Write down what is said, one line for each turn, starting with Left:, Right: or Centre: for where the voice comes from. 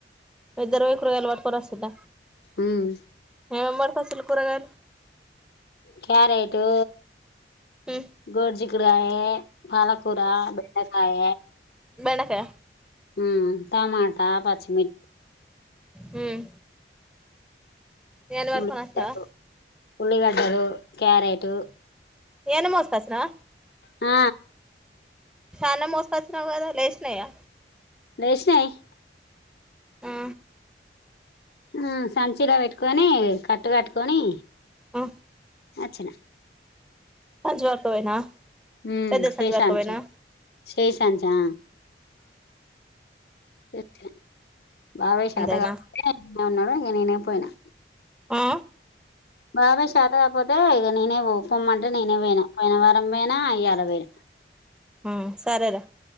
Centre: ఇద్దరుకు రొయ్యలు పట్టుకుని వస్తున్న
Left: మ్మ్
Centre: ఎంమరి ఫసులు కూరగాయలు
Left: క్యారేటు
Centre: ఉమ్
Left: గోర్జిగు అ పాలకూర బెండకాయ
Centre: బెండకాయ
Left: హ్మ్ టమాటా పచ్చిమిర్
Centre: హ్మ్ ఎని పటుకుని
Left: ఉల్లిగడ్డలు
Centre: వచ్చినావా
Left: ఉల్లిగడ్డలు క్యారెటు
Centre: ఏని మోసుకొసినవ
Left: ఆ
Centre: చాన మోసుకొచ్చినావ్ కదా లేచినాయా
Left: దేషినాయ్
Centre: ఆ
Left: హ్మ్ సంచిలో పెట్టుకొని కట్టు కట్టుకొని
Centre: ఆ
Left: అచ్చిన
Centre: సంచి పట్టుకపోయినా
Left: హ్మ్
Centre: పెద్ద సంచి
Left: చేసంచి
Centre: పట్టుకపోయినా
Left: చేసంచా సతేన బాబాయ్ శేతకాదు
Centre: అంతేనా
Left: లే అన్నాడు ఇంక నేనే పోయినా
Centre: ఆ
Left: బాబాయ్ శాత కాకపోతే ఇక నేనే పో పొమ్మంటే నేనే పోయినా పోయిన వారం పోయినా అయ్యలా పోయినా
Centre: మ్మ్ సరేరా